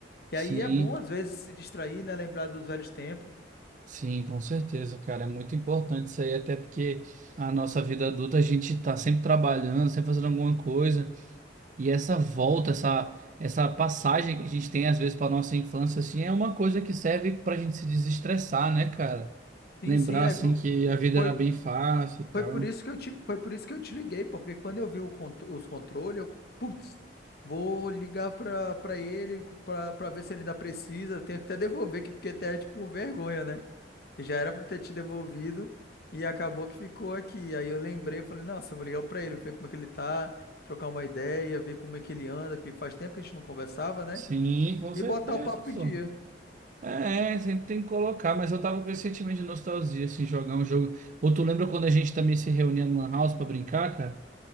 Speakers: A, on the left; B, on the right.
A: E
B: sim.
A: aí é bom às vezes se distrair, né? Lembrar dos velhos tempos.
B: Sim, com certeza, cara. É muito importante isso aí, até porque a nossa vida adulta a gente tá sempre trabalhando, sempre fazendo alguma coisa. E essa volta, essa, essa passagem que a gente tem às vezes para nossa infância, assim, é uma coisa que serve pra gente se desestressar, né, cara?
A: Sim,
B: Lembrar,
A: sim, é,
B: assim,
A: foi,
B: que a vida era bem fácil e tal.
A: Foi por isso que eu te, foi por isso que eu te liguei, pô, porque quando eu vi o contro- os controles, eu, putz, vou ligar pra, pra ele pra, pra ver se ele ainda precisa. Eu Tenho que até devolver, que fiquei até tipo com vergonha, né? Que já era pra eu ter te devolvido e acabou que ficou aqui. Aí eu lembrei, falei, nossa, eu vou ligar pra ele, ver como é que ele tá, trocar uma ideia, ver como é que ele anda, que faz tempo que a gente não conversava, né?
B: Sim, com
A: E
B: certeza,
A: botar o papo em
B: pô.
A: dia.
B: É, é, sempre tem que colocar, mas eu tava com esse sentimento de nostalgia, assim, jogar um jogo. Ou tu lembra quando a gente também se reunia no Lan House pra brincar, cara?